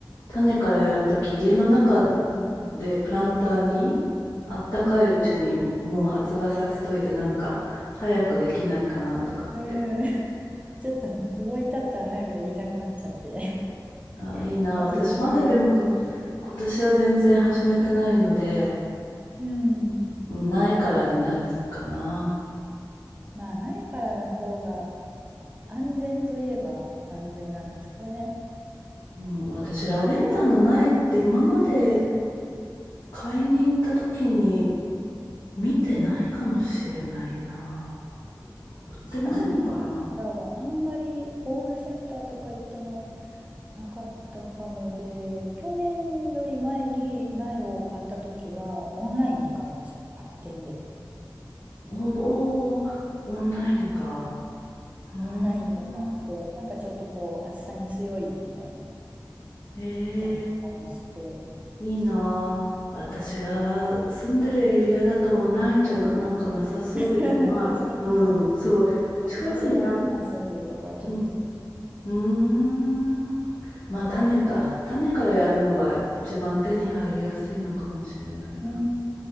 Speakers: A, on the left; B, on the right.
A: 種からやるとき家の中
B: うんうん
A: でプランターにあったかいうちにもう発芽させといてなんか早くできないかなとかって
B: うん。うん <laughs>。ちょっとね、思い立ったら早くやりたくなっちゃって、<laughs>
A: あいいな。
B: 巻ききを無視して。
A: 私まだでもこ、今年は全然始めてないので、
B: うん。
A: うん苗からになるかな。
B: まあ、苗からの方が安全といえば安全なんですかね。
A: うん、私、ラベンダーの苗って今まで買いに行った時に見てないかもしれないな。
B: うん。
A: 売ってないのかな。
B: 確かにラベンダーはあんまりホームセンターとか行ってもなかったかもで、去年より前に苗を買った時はオンラインで買いました。楽天で。
A: おおー、オンラインか。うん、
B: オンラインで買って、なんかちょっとこう暑さに強いみたいな
A: えー、
B: やつを探して。
A: いいな。私が住んでるエリアだとオンラインじゃな、なんかなさそうでもまあ、
B: <laughs> 確かに。
A: うん、そう。
B: 私も今住んでるとこはちょっと。
A: 近くになんうん。うーん。まあ、種か。種からやるのが一番手に入りやすいのかもしれないな。
B: うん